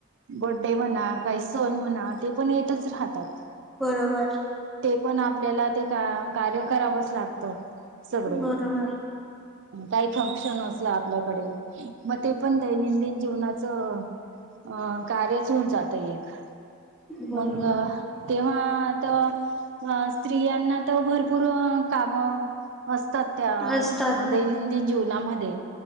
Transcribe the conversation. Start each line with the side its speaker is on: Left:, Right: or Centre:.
Right: बडे म्हणा काही सण म्हणा ते पण येतच राहतात
Centre: बरोबर
Right: ते पण आपल्याला ते का कार्य करावंच लागतं सगळे
Centre: बरोबर
Right: काही फंक्शन असलं आपल्याकडे मग ते पण दैनंदिन जीवनाचं अ कार्यच होऊन जात एक
Centre: बरोबर
Right: मंग तेव्हा अ अ अ स्त्रियांना तर भरपूर अ अ काम अस त्या
Centre: असतात
Right: दैनंदिन जीवनामध्ये